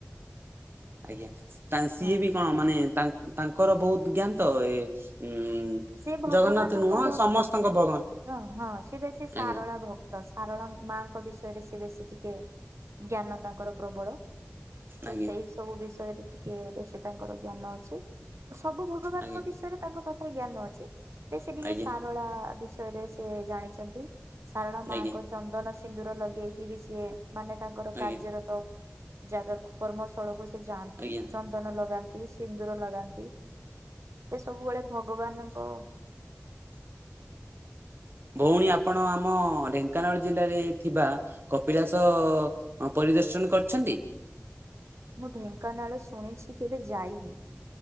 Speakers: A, on the right (about 50°); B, on the right (about 70°).
A: ଆଜ୍ଞା ତା ସିଏ
B: ହଁ
A: ବି କଣ ମାନେ ତା-ତାଙ୍କର ବୋହୁତ ଜ୍ଞାନତ ଏ ଉଁ
B: ସେ ଭଗବାନଙ୍କ
A: ଜଗନ୍ନାଥ ନୁହଁ
B: ଭ
A: ସମସ୍ତଙ୍କ ଭଗବାନ
B: ହଁ ହଁ ସେ ପା ସେ ସାରଳା
A: ଆଜ୍ଞା
B: ଭକ୍ତ ସାରଳା ମାଙ୍କ ବିଷୟ ଷୟରେ ସେ ବେଶୀ ଟିକେ ଜ୍ଞାନ ତାଙ୍କର ପ୍ରବଳ ସେ
A: ଆଜ୍ଞା
B: ସେଇ ସବୁ ବିଷୟରେ ଟିକେ ବେଶୀ ତାଙ୍କର ଜ୍ଞାନ ଅଛି। ସବୁ ଭଗବାନଙ୍କ
A: ଆଜ୍ଞା
B: ବିଷୟରେ ତାଙ୍କ ପାଖରେ ଜ୍ଞାନ ଅଛି। ନାଁଇ ସେ ଟିକେ
A: ଆଜ୍ଞା
B: ସାରଳା ବିଷୟରେ ସେ ଜାଣିଚନ୍ତି। ସାରଳାମାଙ୍କ
A: ଆଜ୍ଞା
B: ଚନ୍ଦନ ସିନ୍ଦୁର ଲଗେଇକି ବି ସିଏ ମାନେ ତାଙ୍କର
A: ଆଜ୍ଞା
B: କାର୍ଯ୍ୟରତ ଜାଗାକୁ କର୍ମସ୍ଥଳକୁ ସେ ଯାଆନ୍ତି
A: ଆଜ୍ଞା
B: ଚନ୍ଦନ ଲଗା ସିନ୍ଦୁର ଲଗାନ୍ତି। ସେ ସବୁବେଳେ ଭଗବାନଙ୍କ
A: ଫୁଣି ଆପଣ ଆମ ଢେଙ୍କାନାଳ ଜିଲ୍ଲାରେ ଥିବା କ ପିଳାସ ପରିଦର୍ଶନ କରିଚନ୍ତି?
B: ମୁଁ ଢେଙ୍କାନାଳ ଶୁଣିଚି କେବେ ଯାଇନି।